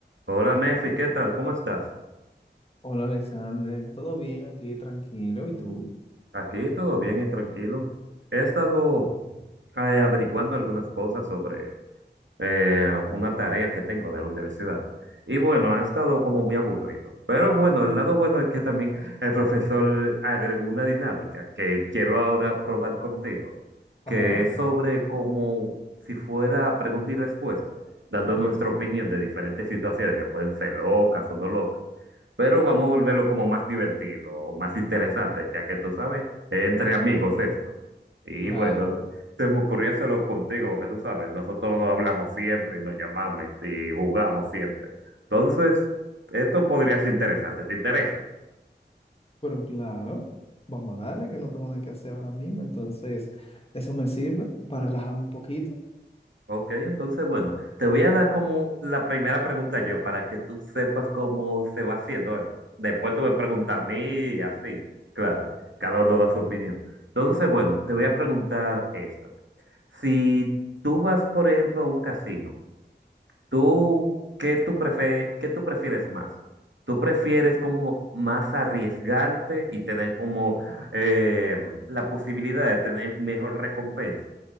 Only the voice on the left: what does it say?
Hola Alexander, ¿todo bien aquí? Tranquilo, ¿y tú?
Ajá,
ok.
Claro,
pero claro, vamos a darle que no tengo nada que hacer ahora mismo, entonces eso me sirve para relajarme un poquito.